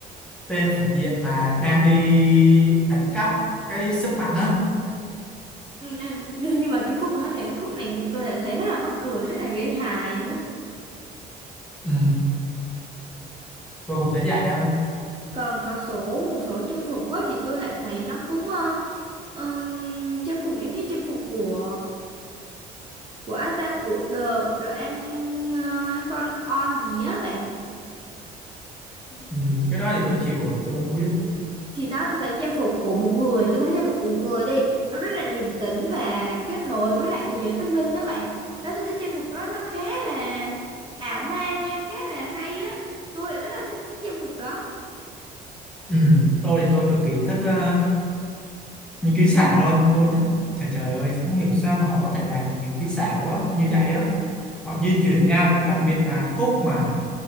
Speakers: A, in the centre; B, on the right.
A: tên phản diện mà đang đi đánh cắp cái sức mạnh á
B: Ừ, nên, nên nhưng mà cái khúc đó là cái khúc này tôi lại thấy rất là mắc cười rất là gây hài nữa
A: ừ, tôi cũng thấy vậy á
B: còn có số một số trang phục quá thì tôi lại thấy nó cũng ờ, ờm, trang phục giống như trang phục của của ai ta của The The An ờ, An con on gì á bạn
A: ừ, cái đó thì tôi chịu rồi tôi không biết
B: thì đó tôi thấy trang phục của một người tôi thấy trang phục của một người đi nó rất là điềm tĩnh và kết nối với lại thế giới tâm linh đó bạn đó tôi thấy trang phục đó nó khá là ảo ma nha khá là hay á tôi, tôi lại rất là thích cái trang phục đó
A: ừ, tôi thì tôi cực kỳ thích ờ, những kỹ xảo thôi tôi thích trời trời ơi không hiểu sao mà họ có thể làm được những kỹ xảo á như vậy á họ di chuyển nha đặc biệt là khúc mà